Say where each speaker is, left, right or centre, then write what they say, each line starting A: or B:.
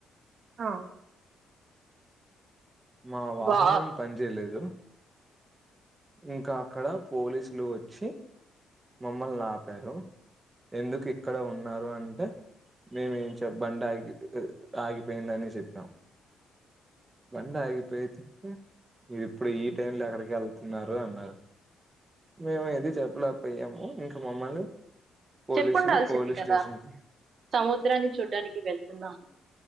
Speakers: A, on the right; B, on the right.
A: ఆ
B: మా వాహనం
A: వా
B: పని చేేయలేదు. ఇంకా అక్కడ పోలీసులు వచ్చి మమ్మల్నాపారు, ఎందుకిక్కడ ఉన్నారు అంటే? మేమేం చెప్ బండాగి ఆగి ఆగిపోయిందని చెప్పాం.
A: <inaudible>
B: బండాగిపోయితే, మీరిప్పుడు ఈ టైం లో ఎక్కడికెళ్తున్నారు అన్నారు. మేము ఏది చెప్పలేకపోయాము. ఇంక మమ్మల్ని పోలీసులు
A: చెప్పు ఉండాల్సింది
B: పోలీస్
A: కదా,
B: స్టేషన్ కి
A: సముద్రాన్ని చూడ్డానికి వెళ్తున్నాము